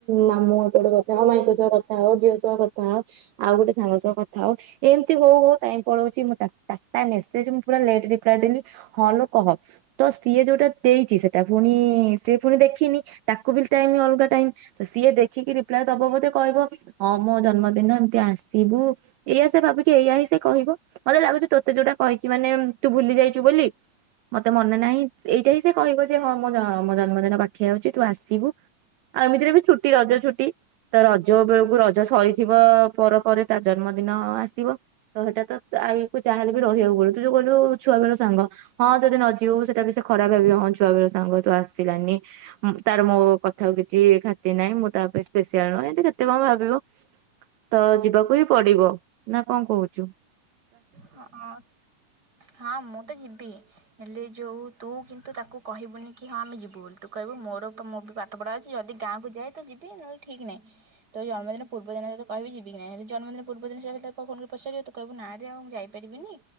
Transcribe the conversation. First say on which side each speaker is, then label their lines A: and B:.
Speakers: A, on the right (about 70°); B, on the right (about 30°).
A: ମାମୁଁ ଏପଟେ କଥା ହଁ, ମାଇଙ୍କ ସହ କଥା ହଁ, ଝିଅ ସହ କଥା ହଁ, ଆଉ ଗୋଟେ ସାଙ୍ଗ ସହ କଥା ହଉଥିଲି, ଏମିତି ହଉ ହଉ ଟାଇମ୍ ପଳଉଚି ମୁଁ ତା। ତା ମେସେଜ୍ ମୁଁ ପୁରା ଲେଟ୍ ରିପ୍ଲାଏ ଦେଲି ହଁ ଲୋ କହ। ତ ସିଏ ଯୋଉଟା ଦେଇଚି ସେଟା ପୁଣି ସିଏ ପୁଣି ଦେଖିନି। ତାକୁ ବି ଟାଇମ୍ ଅଲଗା ଟାଇମ୍ ତ ସିଏ ଦେଖିକି ରିପ୍ଲାଏ ଦବ ବୋଧେ କହିବ। ହଁ ମୋ ଜନ୍ମଦିନ ଏମତି ଆସିବୁ ଏଇଆ ସେ ଭାବିକି ଏଇଆ ହିଁ ସେ କହିବ। ମତେ ଲାଗୁଚି ତୋତେ ଯୋଉଟା କହିଚି ମାନେ ତୁ ଭୁଲି ଯାଇଚୁ ବୋଲି। ମତେ ମନେ ନାହିଁ ଏଇଟା ହିଁ ସେ କହିବ ଯେ ହଁ ମୋ ଜନ୍ମଦିନ ପାଖେଇ ଆଉଚି ତୁ ଆସିବୁ। ଆଉ ଏମିତିରେ ବି ଛୁଟି ରଜ ଛୁଟି ତ ରଜ ବେଳକୁ ରଜ ସରିଥିବ ପରେ ପରେ ତା ଜନ୍ମଦିନ ଆସିବ। ତ ସେଟା ତା ଆଈ କୁ ଯାହାହେଲେ ବି ରହିଆକୁ ପଡିବ। ତୁ ଯୋଉ କହିଲୁ ଛୁଆ ବେଳ ସାଙ୍ଗ। ହଁ ଯଦି ନ ଯିବୁ ବି ସେଟା ବି ସେ ଖରାପ ଭାବିବ। ହଁ ଛୁଆ ବେଳ ସାଙ୍ଗ ତୁ ଆସିଲାନି। ତାର ମୋ କଥାକୁ କିଛି ଖାତିରି ନାହିଁ, ମୁଁ ତା ପାଇଁ ସ୍ପେସିଆଲ ନୁହଁ, ଏ କେତେ କଣ ଭାବିବ। ତ ଯିବାକୁ ହିଁ ପଡିବ ନା କଣ କହୁଚୁ?
B: ହଁ, ହଁ ମୁଁ ତ ଯିବି। ହେଲେ ଯୋଉ ତୁ କିନ୍ତୁ ତାକୁ କହିବୁନି କି ହଁ ଆମେ ଯିବୁ ବୋଲି। ତୁ କହିବୁ ମୋର ମୋ ବି ପାଠ ପଢ଼ା ଅଛି ଯଦି ଗାଁକୁ ଯାଏ। ତ ଯିବି ନହେଲେ ଠିକ୍ ନାହିଁ। ତ ଜନ୍ମଦିନ ପୂର୍ବ ଦିନ ତତେ କହିବି ଯିବି କି ନାହିଁ। ଯେତବଳେ ଜନ୍ମଦିନ ପୂର୍ବ ଦିନ ଯିବା କଥା ଫୋ କରି ପଚାରିବ ତୁ କିହିବୁ ନାଁ। ମୁଁ ଯାଇପାରିବିନି